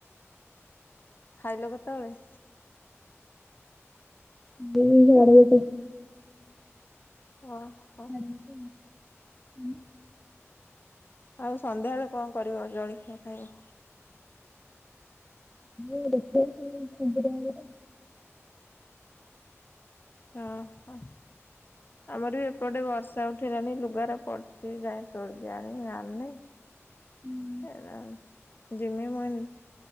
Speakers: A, on the left (about 45°); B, in the centre.
A: ଖାଇଲ କେତଳେ?
B: ଦି <unintelligible>
A: ଓ ହୋ।
B: <unintelligible>
A: ଆଉ ସନ୍ଧ୍ୟାବେଳେ କଣ କରିବ ଜଳଖିଆ ଖାଇବ?
B: ଏଇ ଦେଖିଆ <unintelligible>
A: ହଁ ହଁ ଆମର ବି ଏପଟେ ବର୍ଷା ଉ ଉଠେଇଲାଣି ଲୁଗାରେ ପଡ଼ିଛି ଯାଏଁ ତୋଳିକି ଆଣିମି ଆଣିନେଇଁ।
B: ହୁଁ
A: ଏରା ଯିମି ମୁଁ